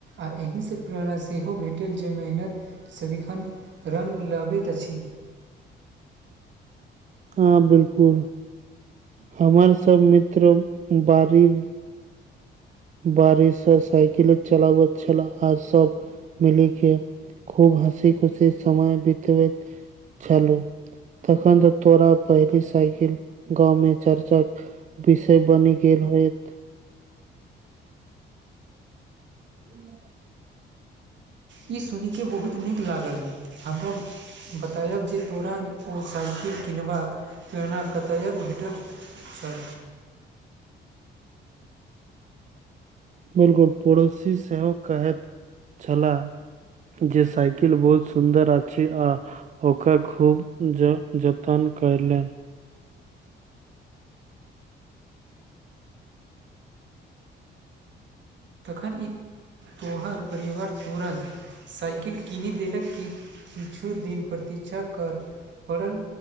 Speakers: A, on the right; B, on the right.
A: आ एही स प्रेरणा सेहो भेटल जे मेहनत सदिखन रंग लबैत अछि
B: हँ बिलकुल हमर सब मित्र बारी बारिशसँ साइकिल चलाबैत छल आ सब मिली के खूब हसी खुशी समय बितबैत छलू तखन तऽ तोरा पहिली साइकिल गाँव मे चर्चक विषय बनी गेल होयत <inaudible>
A: ई सुनी के बहुत नीक लागल हमरा बतायब जे तोरा ओ साइकिल किनबाक प्रेरणा कतय भेटत छा
B: बिल्कुल पड़ोसी सेहो कहैत छला जे साइकिल बहुत सुन्दर अछि आ ओकर खूब ज जतन कयलनि
A: तखन ई तोहर परिवर तुरन साइकिल कीनि देलक कि किछु दिन प्रतीक्षा करय पड़ल